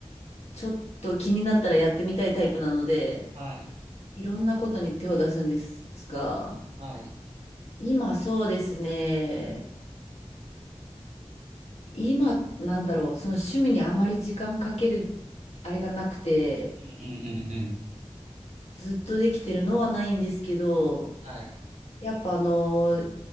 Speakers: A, on the left (about 75°); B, on the right (about 85°).
A: ちょっと気になったらやってみたいタイプなので、
B: はい、
A: いろんなことに手を出すんですが、
B: はい。
A: 今そうですね。今、なんだろう、その趣味にあんまり時間かける、あれがなくて、
B: うん、うん、うん、うん。
A: ずっとできてるのはないんですけど、
B: はい、
A: やっぱあの、